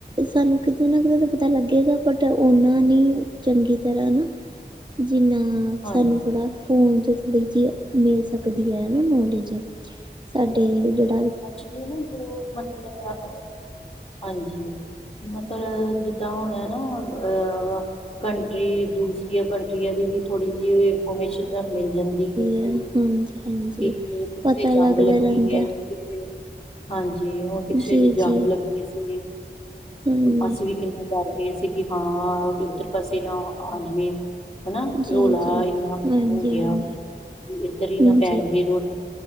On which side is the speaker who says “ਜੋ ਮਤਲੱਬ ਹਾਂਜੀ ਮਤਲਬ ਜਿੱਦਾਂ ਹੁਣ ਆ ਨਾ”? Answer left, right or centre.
Left